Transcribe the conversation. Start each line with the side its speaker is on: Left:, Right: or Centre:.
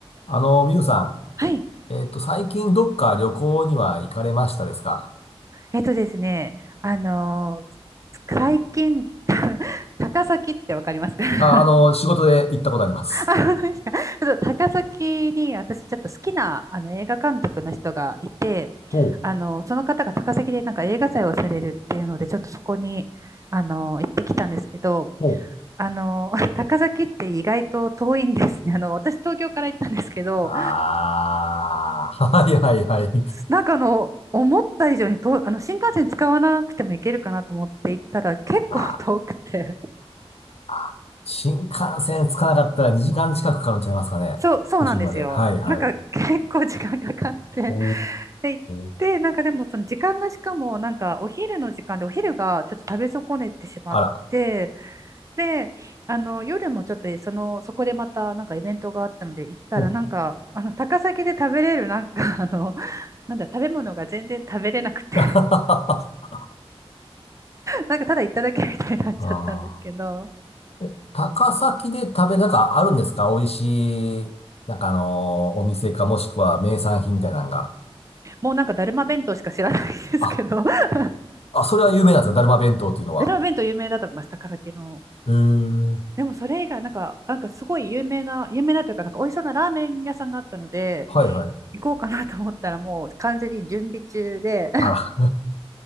Left: あの、みゆさ
Right: はい。
Left: ん、えっと、最近どっか旅行には行かれましたですか
Right: えっとですね、あのー最近、た <laughs> 高崎ってわかりますか
Left: あ、あの、
Right: <laughs>
Left: 仕事で行ったことあります。
Right: あ、本当ですか。ちょっと高崎に私ちょっと好きなあの映画監督の人がいて、
Left: ほう、
Right: あの、その方が高崎でなんか映画祭をされるっていうので、ちょっとそこに、あの、行ってきたんですけど、
Left: ほう。
Right: あの、<laughs> 高崎って意外と遠いんですね。あの、私東京から行ったんですけど、
Left: ああ、<laughs> はいはいはい。
Right: なんかあの、思った以上にと、あの、新幹線使わなくても行けるかなと思って行ったら結構遠くて。
Left: あ
Right: <laughs>
Left: あ、新幹線着かなかったら2時間近くかかるんちゃいますかね。
Right: そう、そうなんですよ。
Left: 都心まで。はいはい。
Right: なんか結構時間かかって。
Left: お
Right: で、行って、
Left: ー。
Right: なんかでもその時間がしかもなんかお昼の時間でお昼がちょっと食べ損ねてしまって、
Left: あら。
Right: で、あの、夜もちょっとその、そこでまたなんかイベントがあったので行ったらなんか、
Left: ほう。
Right: あの、高崎で食べれるなんかあの、なんだ、食べ物が全然食べれなくて
Left: <laughs> あ
Right: なんかただ行っただけみたいになっちゃったんですけど、
Left: あ。え高崎で食べ、なんかあるんですか美味しい、なんかあのーお店かもしくは名産品みたいなのが。
Right: もうなんかだるま弁当しか知らないんですけど、
Left: あ、
Right: <laughs>
Left: あ、それは有名なんですね。だるま弁当っていうのは。
Right: だるま弁当有名だと思います、高崎の。
Left: へえ
Right: でもそれ以外、なんか、なんかすごい有名な、有名なというか、なんか美味しそうなラーメン屋さんがあったので、
Left: はいはい。
Right: 行こうかなと思ったらもう完全に準備中で、<laughs>
Left: あら。